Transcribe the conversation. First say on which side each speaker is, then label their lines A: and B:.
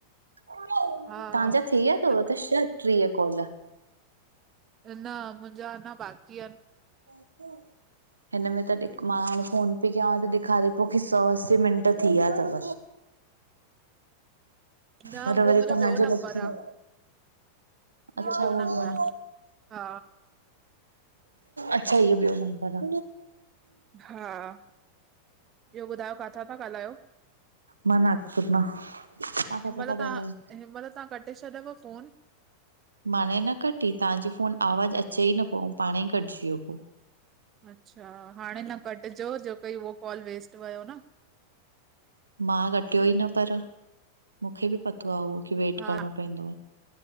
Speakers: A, on the right; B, on the right.
A: तव्हांजा
B: हा
A: थी विया अथव
B: त
A: टूशन? ट्रीह काॅल।
B: नं, मुंहिंजा अञा बाकी आहिनि।
A: <unintelligible> हिन में त टिक मार्क हूंदी आ त ॾेखारे थो की सौ-अस्सी मिंट थी विया अथव।
B: न
A: पर
B: उहो
A: वरी
B: मुंहिंजो
A: तव्हांजो
B: ॿियो नंबर
A: लॻजी
B: आ
A: वयो। अचछा
B: इहो ॿियो
A: उहोई
B: नंबर
A: आ न।
B: हा
A: अच्छा इहो ॿियो नंबर आ।
B: हा ॿियो ॿुधायो काथां था ॻाल्हायो?
A: मां नागपुर मां तव्हां किथां
B: हिन महिल
A: था
B: तव्हां
A: ॻाल्हायो
B: हिन महिल तव्हां कटे छॾयव फोनु?
A: माणे न कटी तव्हांजो फोन आवाज़ु अचे ई न पियो ऐं पाणे ई कटिजी वियो पो।
B: अच्छा हाणे न कटिजो, जो कोइ उहो कॉल वेस्ट वयो न।
A: मां रखियो ई न पर, मूंखे बि पतो आहे उहो की वेट
B: हा
A: करिणो पईंदोआ।